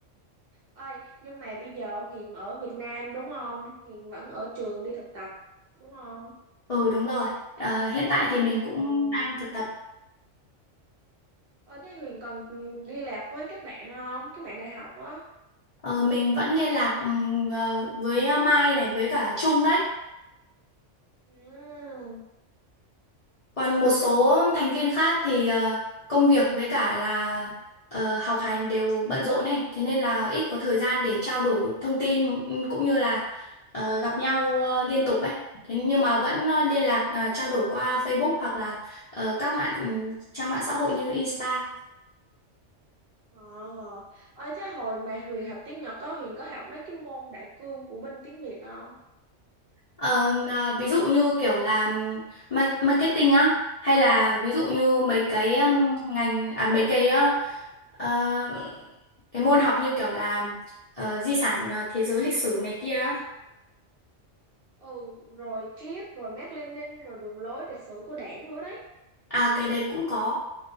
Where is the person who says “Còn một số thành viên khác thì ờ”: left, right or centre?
Left